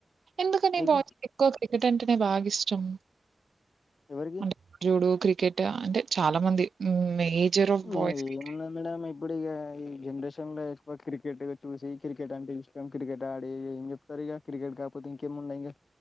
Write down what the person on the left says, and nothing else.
మీకు
ఎవరికి
ఏమున్నది మేడమ్ ఇప్పుడు ఇక ఈ జనరేషన్ లో ఇ క్రికెట్గా చూసి క్రికెట్ అంటే ఇష్టం క్రికెట్ ఆడి ఏం చెప్తారు ఇక క్రికెట్ కాకపోతే ఇంకేంమున్నాయి ఇంక